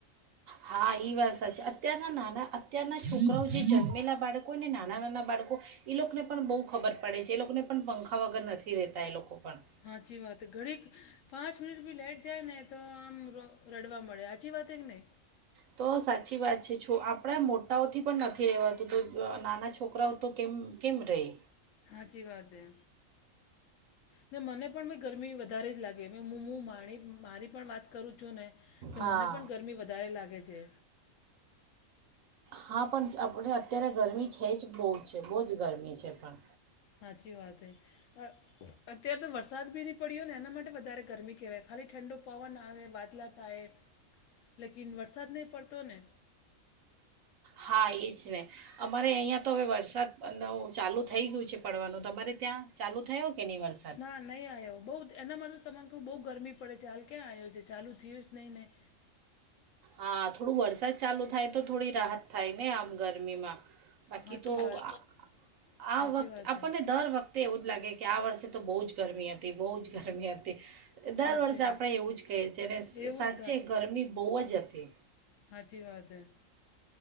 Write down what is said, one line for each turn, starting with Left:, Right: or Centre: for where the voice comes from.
Right: હા ઈ વાત સાચી, અત્યારના નાના અત્યારના છોકરાઓ જે જન્મેલા બાળકો હો, ને નાના નાના બાળક કો એ લોકોને પણ બહુ ખબર પડે છે એ લોકોને પણ પંખા વગર નથી રેતા એ લોકો પણ
Left: હાચી વાત ઘડીક પાંચ મિનિટ બી લાઈટ જાય ને તો આમ ર રડવા મળે હાચી વાત કે નહી.
Right: તો સાચી વાત છે છો આપણા મોટાઓથી પણ નથી રહેવાતું તો નાના છોકરાઓ તો કેમ? કેમ રહી?
Left: હાચી વાત હે. ને મને પણ ગરમી વધારે જ લાગે ને મુ મુ માની મારી પણ વાત કરું છું ને? કે
Right: હા
Left: મને પણ ગરમી વધારે લાગે છે.
Right: હા પણ આપડે અત્યારે ગરમી છે જ, બહુ જ છે બહુજ ગરમી છે પણ.
Left: હાચી વાત હે અ અત્યારે તો વરસાદ બી ની પડ્યો ને એના માટે વધારે ગરમી કેહેવાય ખાલી ઠંડુ પવન આવે વાદલાત તાહે લેકિન વરસાદ નહીં પડતો ને?
Right: હા એજ ને અમારે અહીયાં તો હવે વરસાદ નો ચાલુ થઈ ગયું છે પડવાનું તો તમારે ત્યાં ચાલુ થયો કે નહીં વરસ
Left: ના નહીં આવ્યો બહુતા એનામાં તો તમારખુ બહુ ગરમી પડે ચાલ ક્યાં આવ્યો છે ચાલુ થયું જ નહીં નહીં.
Right: હા થોડું વરસાદ ચાલુ થાય તો થોડી રાહત થાય ને આમ ગરમીમાં. બાકી
Left: સાચી
Right: તો
Left: વાત
Right: આ આ
Left: સાચી
Right: આ વખત
Left: વાત
Right: આપણને
Left: હે
Right: દર વખ તે એવું જ લાગે કે આ વર્ષે તો બહુ જ ગરમી હતી બહુ જ ગરમી હત તે દર
Left: સાચી
Right: વર્ષે
Left: વાત
Right: આપણે એવું જ કહીએ છીએને
Left: એવું
Right: સાચે
Left: જ
Right: ગરમી બહુ જ હતી.
Left: હાચી વાત હે.